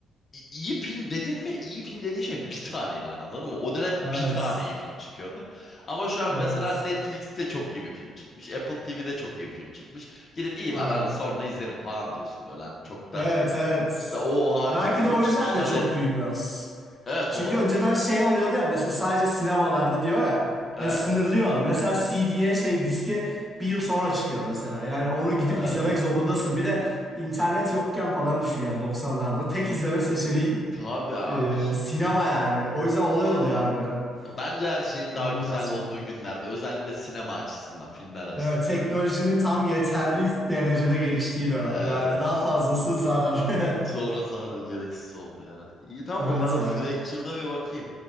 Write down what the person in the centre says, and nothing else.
Evet.
Evet.
Aynen.
Evet
evet.
Belki
de o
yüzden de
çok duymuyoruz.
Çünkü
önceden şey oluyordu ya mesela sadece sinemalarda diyor ya.
Hani sınırlıyor
onu. Mesela CD'ye şey diske bir yıl sonra çıkıyor mesela. Yani onu gidip
izlemek
zorundasın. Bir de internet yokken falan düşüyor yani 90'larda. Tek izleme seçeneğin
e, sinema yani. O yüzden olay oluyor harbiden.
Şimdi
biraz
şey.
Evet teknolojinin
tam yeterli derecede geliştiği dönem.
Yani
daha fazlası zarar.
<laughs>
Evet
ya.